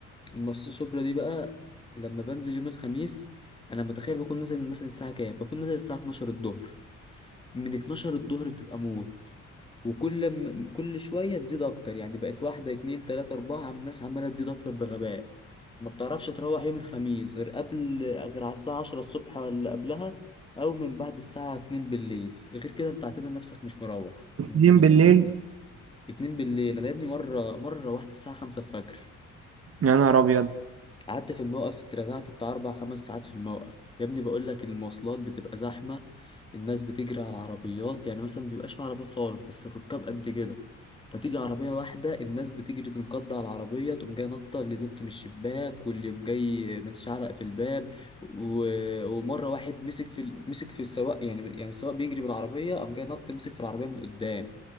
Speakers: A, on the left; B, on the right.
A: المصاصة الشبرا دي بقى لما بنزل يوم الخميس انا متخيل بكون نازل مثلا الساعة كام بكون نازل الساعة 12 الظهر من 12 الظهر بتبقى موت وكل م... كل شوية تزيد اكتر يعني بقت واحدة اتنين تلاتة اربعة عم الناس عمالة تزيد اكتر بغباء ما بتعرفش تروح يوم الخميس غير قبل غير على الساعة 10 الصبح ولا قبلها او من بعد الساعة 2 بالليل غير كده انت اعتبر نفسك مش مروح
B: اتنين
A: من من
B: بالليل
A: المؤسسة 2 بالليل انا يا ابني مرة مرة روحت الساعة 5 الفجر
B: يا نهار ابيض
A: قعدت في الموقف اترزعت بتاع أربع خمس ساعات في الموقف يا ابني بقول لك المواصلات بتبقى زحمة الناس بتجري على العربيات يعني مثلا مبيبقاش في عربيات خالص بس الركاب قد كده فتيجي عربية واحدة الناس بتجري تنقض على العربية تقوم جاي نطة اللي ينط من الشباك واللي يقوم جاي متشعلق في الباب و... ومرة واحد مسك في ال- مسك في السواق يعني يعني السواق بيجري بالعربية قام جاي نط مسك في العربية من قدام